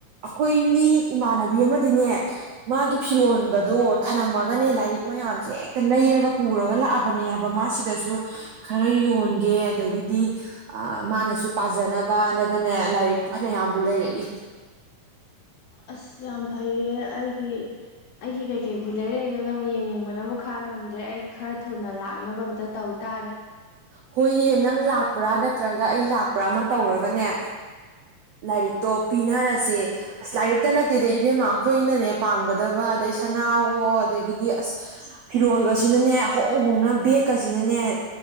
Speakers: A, on the right (about 80°); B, on the left (about 70°).
A: ꯑꯩꯈꯣꯏ ꯃꯤ ꯏꯃꯥꯟꯅꯕꯤ ꯑꯃꯗꯤꯅꯦ ꯃꯥꯒꯤ ꯐꯤꯔꯣꯟꯒꯗꯣ ꯊꯝꯂꯝꯝꯃꯒꯅꯦ ꯂꯥꯏꯔꯤꯛ ꯃꯌꯥꯝꯁꯦ ꯍꯦꯛꯇ ꯂꯩꯔꯒ ꯄꯨꯔꯒ ꯂꯥꯛꯑꯕꯅꯦ ꯍꯥꯏꯕ ꯃꯥꯁꯤꯗꯁꯨ ꯈꯔ ꯌꯣꯟꯒꯦ ꯑꯗꯒꯤꯗꯤ ꯃꯥꯅꯁꯨ ꯄꯥꯖꯅꯕ ꯅꯗꯅꯦ ꯂꯥꯏꯔꯤꯛ ꯐꯅꯌꯥꯝꯕꯨ ꯂꯩꯔꯛꯏ
B: ꯑꯁ ꯌꯥꯝ ꯐꯩꯌꯦ ꯑꯩꯒꯤ ꯑꯩ ꯀ ꯀꯥꯏ ꯀ ꯕꯨ ꯂꯩꯔꯛꯏꯅꯣ ꯅꯪ ꯌꯦꯡꯅꯤꯡꯕꯅꯕꯨ ꯈꯥꯡ ꯉꯝꯗ꯭ꯔꯦ ꯑꯩ ꯈꯔ ꯊꯨꯅ ꯂꯥꯛꯅꯕ ꯑꯝꯇ ꯇꯧ ꯇꯥꯔꯦ
A: ꯍꯣꯏꯌꯦ ꯅꯪ ꯂꯥꯛꯄ꯭ꯔꯥ ꯅꯠꯇ꯭ꯔꯒ ꯑꯩ ꯂꯥꯛꯄ꯭ꯔꯥ ꯑꯃ ꯇꯧꯔꯒꯅꯦ ꯂꯥꯏꯔꯤꯛꯇꯣ ꯄꯤꯅꯔꯁꯦ ꯑꯁ ꯂꯥꯏꯔꯤꯛꯇ ꯅꯠꯇꯦꯗ ꯏꯕꯦꯝꯃ ꯑꯩꯈꯣꯏꯅꯅꯦ ꯄꯥꯝꯒꯗꯕ ꯑꯗꯩ ꯁꯅꯥꯋꯣ ꯑꯗꯒꯤꯗꯤ ꯑꯁ ꯐꯤꯔꯣꯜꯒꯁꯤꯅꯅꯦ ꯍꯣꯡ ꯍꯣꯡꯅ ꯕꯦꯛꯀꯁꯤꯅꯅꯦ ꯍ